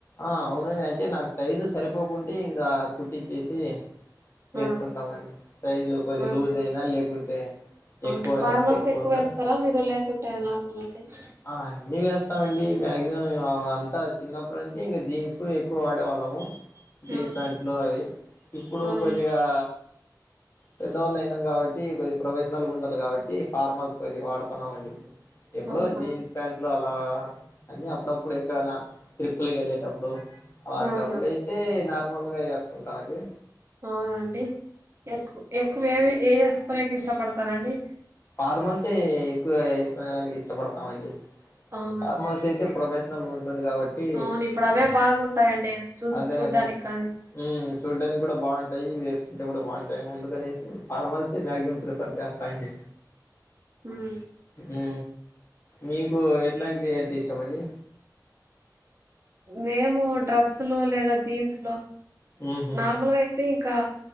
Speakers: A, on the left; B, on the right.
A: ఆ అంటే నాకు సైజు సరిపోకుంటే ఇంకా కుట్టిచ్చేసి వేసుకుంటామండి
B: ఆ
A: సైజు కొద్ది
B: ఆహా
A: లూజ్ అయినా లేకుంటే ఎక్కువ
B: ఓకే ఫార్మల్స్
A: లెంత్ ఎక్కువ ఉన్నా
B: వేస్తారా మీరు లేకుంటే నార్మల్ అండి
A: ఆ అన్ని వేస్తామండి మ్యా మాక్సిమమ్ అంతా చిన్నప్పుడు అంటే ఇంకా జీన్స్ ఎక్కువ వాడే వాళ్ళము జీన్స్
B: ఆ
A: ప్యాంట్లు అవి ఇప్పుడు
B: అవును
A: ఆ పెద్దవాళ్ళ అయినాం కాబట్టి కొద్ది ప్రోవే నల్ గా ఉండాలికాబట్టి ఫార్మల్స్ కొద్ది వాడుతున్నామ అండి ఎప్పుడో
B: ఆహా
A: జీన్స్ ప్యాంట్లు అ అ అన్ని అప్పుడప్పుడు ఇప్పుడు ఎక్కడన్నా ట్రిప్పులకి వెళ్ళేటప్పుడు అలాంటప్పుడు
B: ఆహా
A: అయితే న నార్మల్గా వేసుకుంటామ అండి
B: అవునండి ఏకు ఎక్కువ ఏది ఏ వేసు కొనేకి ఇష్టపడతారండి
A: ఫార్మల్సే ఎక్కువగా వేసుకునడానికి ఇష్టపడతామండి
B: అవునా
A: ఫార్మల్స్ అయితే ప్రొఫెషనల్ గా ఉంటుంది కాబట్టి
B: అవును ఇప్పుడు అవే బాగుంటాయండి చూసి
A: అదే
B: చూడ్డానికి
A: అదే
B: కానీ
A: హు చూడ్డానికి కూడా బాగుంటాయి వేసుకుంటే కూడా బాగుంటాయిని అందుకనేసి ఫార్మల్సే మ్యాక్సిమం ప్రిఫర్ చేస్తా అండి
B: ఉహు
A: ఉహు మీకు ఎ ట్లాంటి ఈ ఏంటి ఇష్టము అండి
B: మేము డ్రస్సులు లేదా జీన్స్ లో
A: ఉహు
B: నార్మల్గా అయితే కా